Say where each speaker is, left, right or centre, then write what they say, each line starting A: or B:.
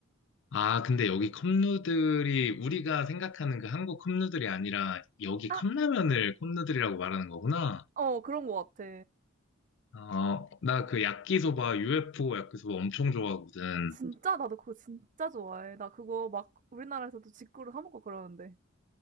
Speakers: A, on the left; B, on the right.
A: 아, 근데 여기 컵누들이 우리가 생각하는 그 한국 컵누들이 아니라 여기
B: 아,
A: 컵라면을 컵누들이라고 말하는 거구나.
B: 어 그런 것 같아.
A: 어, 나 그 야끼소바, UFO 야끼소바 엄청 좋아하거든.
B: 진짜 나도 그거 진짜 좋아해. 나 그거 막 우리나라에서도 직구로 사 먹고 그러는데.